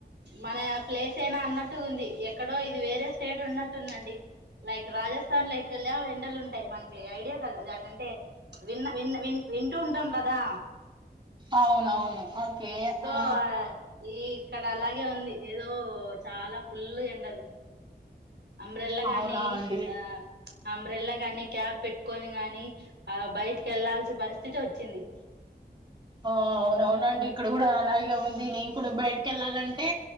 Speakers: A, on the right; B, on the right.
A: మన ప్లేసేన అన్నట్టు ఉంది ఎ ఇక్కడో ఇది వేరే స్టేట్ ఉన్నట్టుందండి లైక్ రాజస్థాన్ ల ఎక్కలే ఎండలు ఉంటాయి మన ఐడియా కదా అంటే విన్న విన్న వి వింటూ ఉంటాం కదా
B: అవునవును ఓకే
A: సో
B: ఆ
A: ఈ ఇక్కడ అలాగే ఉంది ఏదో చాలా ఫుల్ ఎండలు అంబ్రెల్లా గాని
B: అవునా అండి
A: ఆ అంబ్రెల్లా గాని క్యాప్ పెట్టుకొని గాని ఆ బయటికి వెళ్లాల్సిన పరిస్థితి వచ్చింది
B: <inaudible> ఆ అవున అవునండి ఇక్కడ కూడా అలాగే ఉంది నేను కూడా బయటకి ఎళ్ళాలంటే